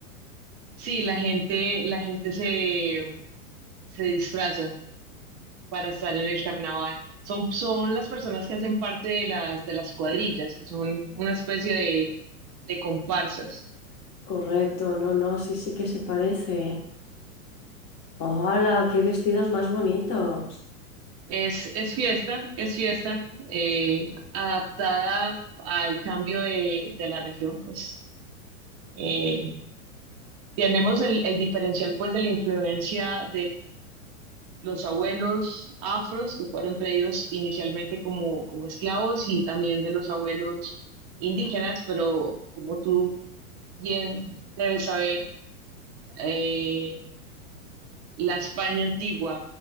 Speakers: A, on the right (about 30°); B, on the left (about 25°).
A: Sí, la gente, la gente se, se disfraza para estar en el carnaval. Son, son las personas que hacen parte de las, de las cuadrillas, que son una especie de, de comparsas.
B: Correcto, no, no, sí, sí que se parece. ¡Hola! ¡Qué vestidos más bonitos!
A: Es, es fiesta, es fiesta, eh, adaptada al cambio de, de la región, pues. Eh, tenemos el, el diferencial pues de la influencia los abuelos afros que fueron traídos inicialmente como, como esclavos y también de los abuelos indígenas, pero como tú bien debes saber, eh, la España antigua